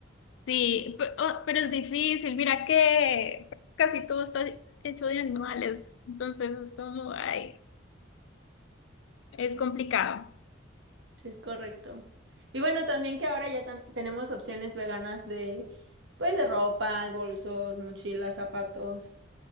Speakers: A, on the left; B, on the right.
A: Sí, pe- oh, pero es difícil. Mira que casi todo está hecho de animales. Entonces es como, ay, es complicado.
B: Sí, es correcto. Y bueno, también que ahora ya tam- tenemos opciones veganas de, pues, de ropa, bolsos, mochilas, zapatos,